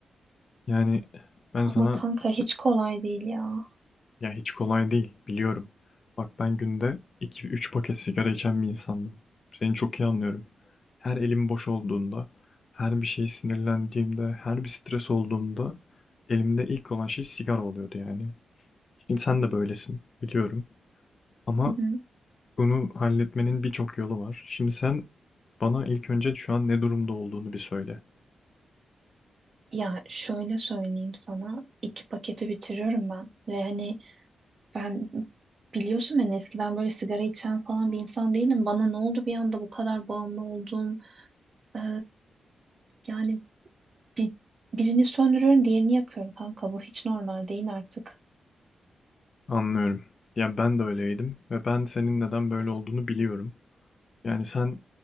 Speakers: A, on the left (about 50°); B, on the right (about 45°).
A: Yani ben
B: Ama
A: sana
B: kanka hiç kolay değil ya.
A: ya hiç kolay değil biliyorum. Bak ben günde iki üç paket sigara içen bir insandım. Seni çok iyi anlıyorum. Her elim boş olduğunda, her bir şeye sinirlendiğimde, her bir stres olduğumda elimde ilk olan şey sigara oluyordu yani. Şimdi sen de böylesin biliyorum. Ama
B: Hı hı.
A: Bunu halletmenin birçok yolu var. Şimdi sen bana ilk önce şu an ne durumda olduğunu bir söyle.
B: Ya şöyle söyleyeyim sana, iki paketi bitiriyorum ben ve hani ben biliyorsun ben eskiden böyle sigara içen falan bir insan değilim. Bana ne oldu bir anda bu kadar bağımlı oldum. Ee, yani bir, birini söndürüyorum, diğerini yakıyorum kanka. Bu hiç normal değil artık.
A: Anlıyorum. Ya ben de öyleydim ve ben senin neden böyle olduğunu biliyorum. Yani sen